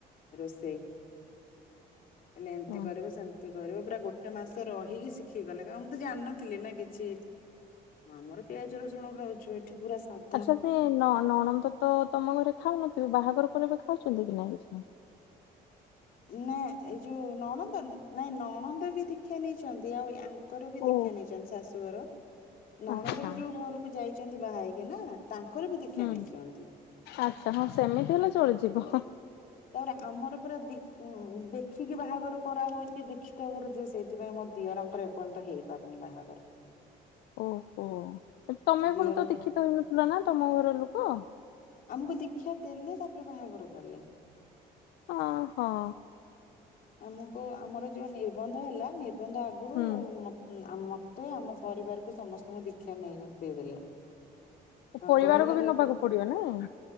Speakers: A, on the left; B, on the left.
A: ରୋଷେଇ ହେଲେ ଏମତି
B: ଆଚ୍ଛା।
A: କରିବ ସେମିତି କରିବ ପୁରା ଗୋଟେ ମାସ ରହିକି ଶିଖି ଗଲେ କଣ ମୁଁ ତ ଜାଣିନଥିଲି ନା କିଛି ଆମର ପିଆଜ ରସୁଣ ଖାଉଛୁ, ଏଠି ପୁରା ସାଧା
B: ଆଚ୍ଛା ସେ ନ ନଣନ୍ଦ ତ ତମ ଘରେ ଖାଉନଥିବେ ବାହାଘର ପରେ ବି ଖାଉଛନ୍ତି କି ନାଇଁ କିଛି?
A: ନା ଏଇ ଯୋଉ ନଣନ୍ଦ ନାଇଁ ନଣନ୍ଦ ବି ଦୀକ୍ଷା ନେଇଛନ୍ତି ଆଉ ଆଁ ତାଙ୍କର ବି
B: ଓ
A: ଦୀଖା ନେଇଛନ୍ତି, ଶାଶୁଘର ନଣନ୍ଦ
B: ଆଚ୍ଛା
A: ବି ଯୋଉ ଘରକୁ ଯାଇଛନ୍ତି, ବାହା ହେକି ନା ତାଙ୍କର ବି ଦୀକ୍ଷା
B: ହୁଁ
A: ନେଇଛନ୍ତି।
B: ଆଛା ହଁ ସେମିତି ହେଲେ ଚଳିଯିବ।
A: ତାପରେ ଆମର ପୁରା ଦେଖ୍ ଉଁ ଦେଖିକି ବାହାଘର କରାହଉଛି, ଦୀକ୍ଷିତ ଘରୁ ଝିଅ ସେଥି ପାଇଁ ମତେ ଦିଅରଙ୍କର ଏପର୍ଯ୍ୟନ୍ତ ହେଇପାରୁନି ବାହାଘର
B: ଓହୋ ତମେ
A: ଦିଅର
B: ପୁଣି ତ ଦୀକ୍ଷିତ ହେଉନଥିଲ ନା ତମ ଘର ଲୋକ
A: ଆମକୁ ଦୀକ୍ଷା ଦେଲେ ତାପରେ ବାହାଘର କଲେ
B: ଓ ହଁ।
A: ଆମକୁ ଆମର ଯୋଉ ନିର୍ବନ୍ଧ ହେଲା ନିର୍ବନ୍ଧ ଆଗରୁ
B: ହୁଁ।
A: ମତେ ମତେ ଆମ ପରିବାରକୁ ସମସ୍ତଙ୍କୁ ଦୀକ୍ଷା ନେଇ ଦେଇଦେଲେ
B: ପରିବାରକୁ
A: କହିଲେ
B: ବି
A: ଯଦି
B: ନବାକୁ ପଡିବ ନାଇଁ